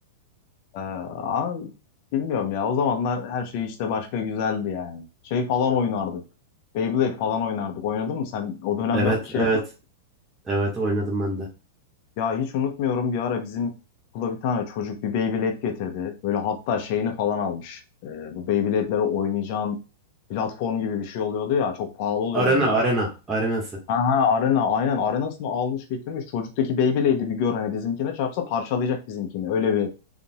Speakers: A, on the left (about 50°); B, on the right (about 15°).
A: Ee, ama bilmiyorum ya. O zamanlar her şey işte başka güzeldi yani. Şey falan oynardık. Beyblade falan oynardık. Oynadın mı sen? O dönemde
B: Evet.
A: şey
B: Evet.
A: yapıyor
B: Evet oynadım ben de.
A: Ya hiç unutmuyorum bir ara bizim okula bir tane çocuk bir Beyblade getirdi. Böyle hatta şeyini falan almış. Ee, bu Beyblade'lere oynayacağın platform gibi bir şey oluyordu ya. Çok pahalı oluyordu
B: Arena.
A: onlar.
B: Arena. Arenası.
A: Aha arena aynen arenasını almış getirmiş. Çocuktaki Beyblade'i bir gör hani bizimkine çarpsa parçalayacak bizimkini. Öyle bir